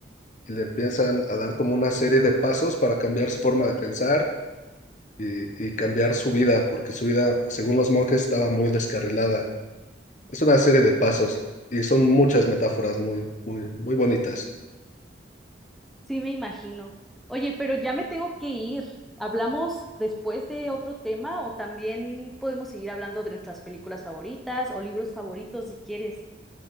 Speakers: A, on the left; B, in the centre.
A: y le empiezan a dar como una serie de pasos para cambiar su forma de pensar y, y cambiar su vida, porque su vida, según los monjes, estaba muy descarrilada. Es una serie de pasos y son muchas metáforas muy, muy, muy bonitas.
B: Sí, me imagino. Oye, pero ya me tengo que ir. ¿Hablamos después de otro tema o también podemos seguir hablando de nuestras películas favoritas o libros favoritos si quieres?